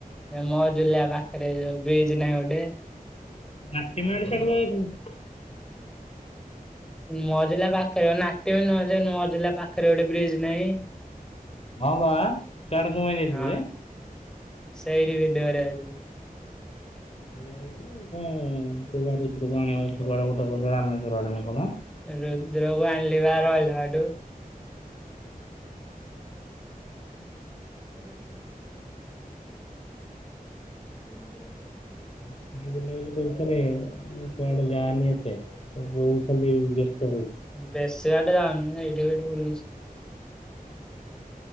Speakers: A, in the centre; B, on the left.
A: ମୋ ଜୁଲିଆ ପାଖରେ ଯୋଉ ବ୍ରିଜ ନାହିଁ ଗୋଟେ।
B: ନାତିମେଳି <unintelligible>
A: ମଜିଲା ପାଖରେ ନାଟି ବି ନୁଆଁଯ ମଜିଲା ପାଖରେ ଗୋଟେ ବ୍ରିଜ୍ ନାହିଁ।
B: ହଁ ବା ସିଆଡେ କ ପାଇଁ ଯାଇ ଥିଲୁ
A: ହଁ।
B: ଯେ?
A: <unintelligible>
B: ଆଇଗଉ କଣ ତୁ ପା ରୁଦ୍ର କୁ ଆଣିବା ରାମେଶ୍ଵର ଆଡେ ନା କଣ।
A: ରୁଦ୍ରକୁ ଆଣିଲି ବା ରହିଲାଠୁ। <inaudible> <inaudible>
B: ଦେଖିକି ବୁଲାବୁଲି କରୁଥରେ କୁଆଡେ ଯାନି ଏତେ। <unintelligible> ବ୍ୟସ୍ତ ହଉଛୁ।
A: ବେସି ବାଟେ ଯାଉନି ଏଇଠି ହେଇଠି ବୁଲୁଛି।